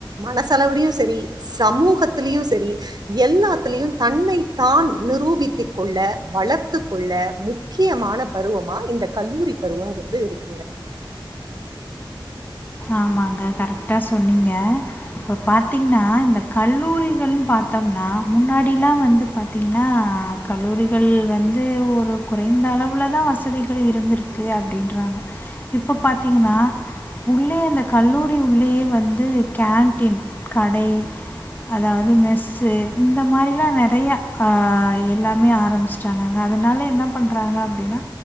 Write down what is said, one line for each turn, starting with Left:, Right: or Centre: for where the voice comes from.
Right: மனசலவுலயு சரி சமூகத்திலயு சரி எல்லாத்திலயு தன்னைத்தான் நிரூபித்து கொள்ள வளர்த்து கொள்ள முக்கியமான பருவமா இந்த கல்லூரி பருவங்கிறது இருக்குங்க
Left: ஆமாங்க கரெக்டா சொன்னீங்க இப்ப பாத்தீங்கன்னா இந்த கல்லூரிகள் பாத்தோம்னா முன்னாடிலா வந்து பாத்தீங்கன்னா கல்லூரிகள் வந்து ஒரு குறைந்த அளவுலதா வசதிகள் இருந்திருக்கு அப்படின்றாங்க இப்ப பாத்தீங்கன்னா உள்ளே அந்த கல்லூரி உள்ளேயே வந்து கேன்டின் கடை அதாவது மெஸ்ஸு இந்த மாரிலா நறையா ஆ எல்லாமே ஆரம்பிச்சிட்டாங்கங்க அதனால என்ன பண்றாங்க அப்படின்னா